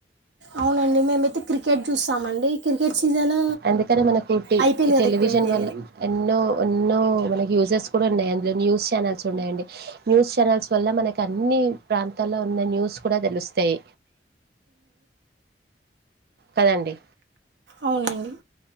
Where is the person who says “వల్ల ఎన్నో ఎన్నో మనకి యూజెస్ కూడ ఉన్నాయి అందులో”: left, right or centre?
Right